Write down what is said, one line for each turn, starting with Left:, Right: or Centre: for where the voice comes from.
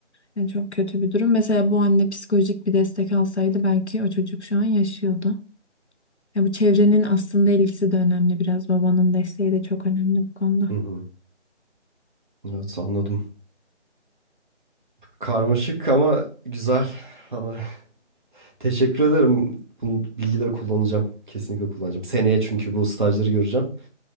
Left: Yani çok kötü bir durum. Mesela bu anne psikolojik bir destek alsaydı belki o çocuk şu an yaşıyordu. Ya bu çevrenin aslında ilgisi de önemli biraz. Babanın desteği de çok önemli bu konuda.
Right: Hı hı. Evet anladım. Karmaşık ama güzel. <laughs> Teşekkür ederim. Bu bilgileri kullanacağım. Kesinlikle kullanacağım. Seneye çünkü bu stajları göreceğim.